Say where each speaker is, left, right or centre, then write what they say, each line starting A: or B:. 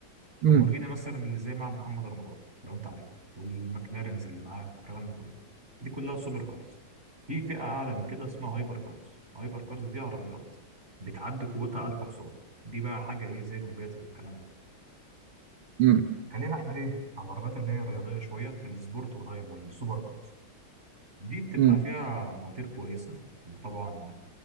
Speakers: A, on the right (about 30°); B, on the right (about 80°).
A: لامبورجيني
B: ده
A: مثلا اللي زي مع محمد رمضان لو انت عارف والمكلارنز اللي معاه والكلام ده كله دي كلها سوبر كارز في فئة أعلى من كده اسمها هايبر كارز هايبر كارز دي عربيات بتعدي قوتها 1000 حصان دي بقى حاجة إيه زي البوجاتي والكلام ده
B: امم
A: خلينا إحنا إيه على العربيات اللي هي الرياضية شوية السبورت والهايبر والسوبر كارز دي بتبقى
B: امم
A: فيها مواتير كويسة طبعا